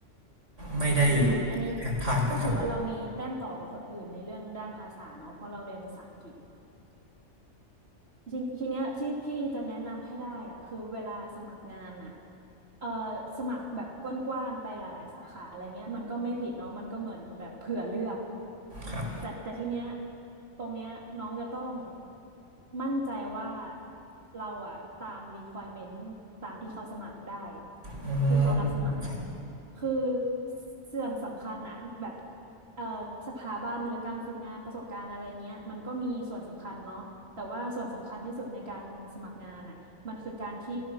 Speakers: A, on the right (about 75°); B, on the right (about 55°).
A: ไม่ได้
B: อืมอันนี้
A: แอพพลายไปกัน
B: ก็ถือว่าเรามีแต้มต่อกว่าคนอื่นในเรื่องด้านภาษาเนาะเพราะเราเรียนภาษาอังกฤษ ทีทีเนี้ยที่พี่จะแนะนำให้ได้อ่ะคือเวลาสมัครงานอ่ะเอ่อสมัครแบบกว้างๆไปหลายๆสาขาอะไรเงี้ยมันก็ไม่ผิดเนาะมันก็เหมือนแบบเผื่อเลือก
A: ครับ
B: แต่แต่ทีเนี้ยตรงเนี้ยน้องจะต้องมั่นใจว่าเราอะตาม requirement ตามที่เขาสมัครได้
A: อื
B: ที่เขารับสมัครอะ
A: ม
B: คือส่วนสำคัญอะแบบเอ่อสถาบันหรือการฝึกงานประสบการณ์อะไรเงี้ยมันก็มีส่วนสำคัญเนาะแต่ว่าส่วนสำคัญที่สุดในการสมัครงานอะมันคือการที่